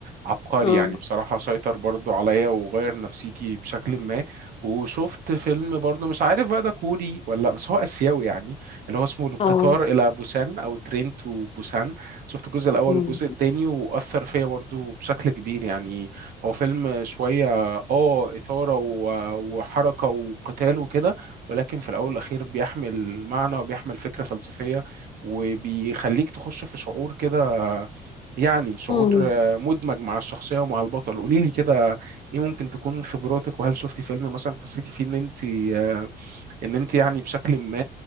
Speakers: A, on the right; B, on the left.
A: عبقري
B: اه
A: يعني بصراحة سيطر برضو عليا وغير نفسيتي بشكل ما وشفت فيلم برضو مش عارف بقى ده كوري ولا لأ، بس هو آسيوي يعني اللي هو اسمه القطار
B: اه
A: إلى بوسان أو ترين تو بوسان شفت الجزء الأول
B: مم.
A: والجزء التاني وأثر فيا برضو بشكل كبير يعني هو فيلم شوية آه إثارة و- وحركة وقتال وكده ولكن في الأول والأخير بيحمل معنى وبيحمل فكرة فلسفية وبيخليك تخش في شعور كده يعني شعور
B: مم.
A: آه، مدمج مع الشخصية ومع البطل قولي لي كده ايه ممكن تكون من خبراتك وهل شفتي فيلم مثلا حسيتي فيه ان انت آه، ان انت يعني بشكل ما